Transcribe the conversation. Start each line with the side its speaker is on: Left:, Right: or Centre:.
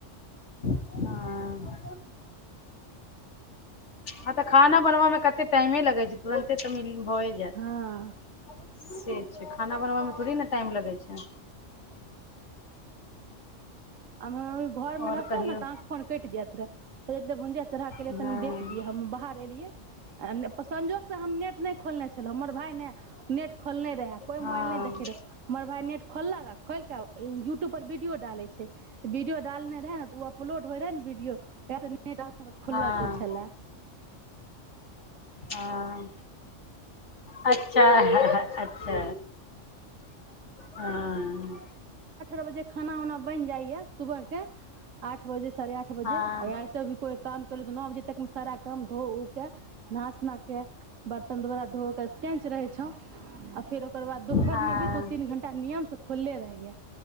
Left: हँ ह तऽ खाना बनवा मे कते टाइमे लगे छै तुरते तऽ म भए जात
Right: हँ
Left: से खाना बनबैमे थोड़े ने टाइम लगै छै
Right: मम्मी घर मे
Left: आओर
Right: रहतौ
Left: कहियौ
Right: ने तऽहाँके फोन कटि जाइत रहे भुजिया चढ़ा केेले
Left: हँ
Right: तनि देख दिय हम बाहर एलियै संजोगसँ हम नेट नहि खोलने छलहुँ हमर भाय ने नेट खोलने रहे कोई मोबाइल
Left: हँ
Right: नहि देखे रह मगर भााय नेट खोललक आ खोलिक यू युटुब पर वीडियोडाले वीडियो डालने रहै ऊ अपलोड हो रहै वीडियो तऽ हॅं आ नेट ुलल
Left: हँ
Right: छलै
Left: हँ अच्छा अच्छा हँ
Right: <unintelligible> खाना उना बनि जाइया सुबह आठ बजे साढ़े आठ बजे
Left: हँ
Right: एसे भी कोइ काम नौ बजे तक मे सारा कम धो उ के नहा सुना के बर्तन दोबारा धो के तेंच रहे छौ फेर ओकर बाद दुपहरमे
Left: हँ
Right: भी दू तीन घण्टा नियमसँ खुलले रहैया